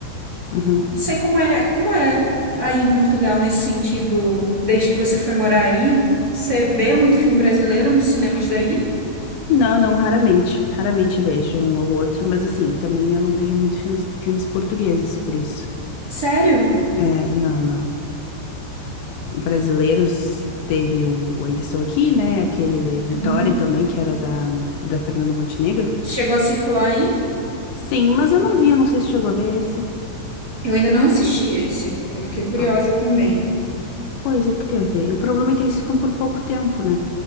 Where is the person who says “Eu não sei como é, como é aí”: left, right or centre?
Right